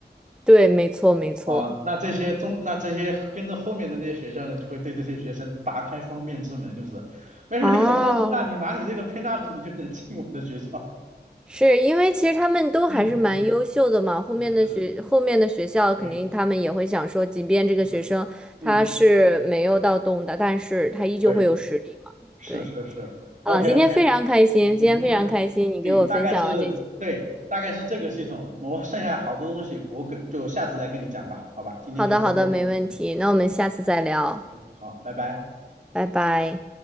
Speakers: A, in the centre; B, on the right (about 45°).
A: 对，没错，没错。
B: 啊、那这些中，那这些跟着后面的那些学校呢，就会对这些学生大开方便之门，就是没事儿，
A: 啊，
B: 你考不上东大，你拿你这个偏差值，你就能进我们的学校。
A: 是因为其实他们都还是蛮优秀的嘛。
B: <laughs> 嗯，
A: 后面的学，
B: 是的，是的，
A: 后面的学校肯定他们也会想说，
B: 对，
A: 即便这个学生他是没有到东大，
B: 是的，嗯，
A: 但是他依旧会有实力嘛。
B: 对，是是是，OK
A: 对，啊，今天非常开心，
B: OK，嗯嗯嗯，
A: 今天非常开心，你给我分享了这些。
B: 对大概是对，大概是这个系统。我剩下好多东西，我可就下次再跟你讲吧，好吧，今天就到这儿了。
A: 好的，好的，没问题。
B: 嗯嗯，
A: 那我们下次再聊，
B: 对，好，拜拜。
A: 拜拜。